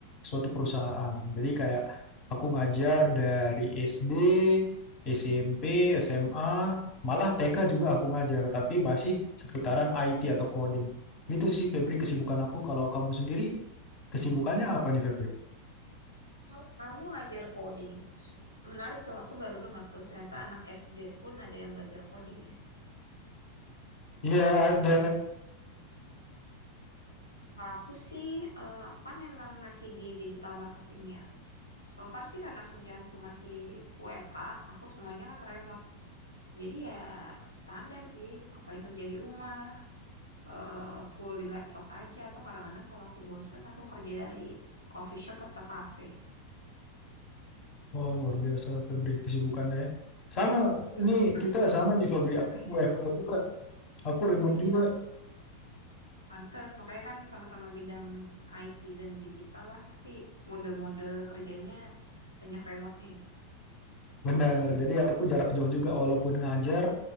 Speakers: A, on the left; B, on the left.
A: suatu perusahaan. Jadi kayak aku ngajar dari SD, SMP, SMA, malah TK juga aku ngajar, tapi masih seputaran IT atau coding. Gitu sih Febri kesibukan aku. Kalau kamu sendiri, kesibukannya apa nih Febri?
B: Oh, kamu ajar coding. S- Menarik tuh, aku baru dengar tuh ternyata anak SD pun ada yang belajar coding ya.
A: Iya
B: Berubah.
A: ada
B: Aku sih, eh, aku kan emang masih di digital marketing ya. So far sih karena kerjaanku masih WFH, aku semuanya kan remote. Jadi ya standar sih, ke- paling kerja di rumah. eh, full di laptop aja atau kadang-kadang kalau aku bosen aku kerja dari coffee shop atau cafe.
A: Wah, luar biasa Febri kesibukannya ya. Sama, ini
B: Iya, Kak.
A: kita sama
B: Kamu
A: nih Febri,
B: bisa
A: aku
B: kayak
A: WFH juga, aku remote
B: Iya.
A: juga.
B: Pantes, makanya kan sama-sama bidang IT dan digital lah pasti mode-mode kerjanya banyak remote-nya.
A: Benar, jadi aku jarak jauh juga walaupun ngajar,